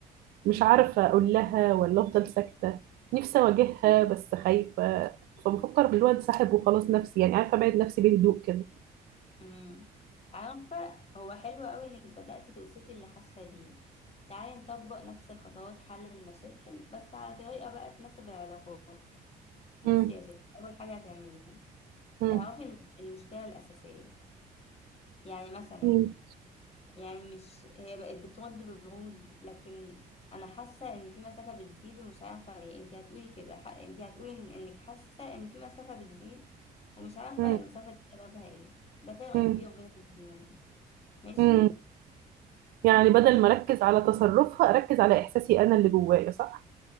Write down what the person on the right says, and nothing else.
مش عارفه اقول لها ولا افضل ساكته نفسي اواجهها بس خايفه فبفكر بالواد ساحب وخلاص نفسي يعني عارفه ابعد نفسي بهدوء كده
مم.
مم.
مم.
مم.
مم.
مم. يعني بدل
ما اركز على تصرفها اركز على احساسي انا اللي جوايا صح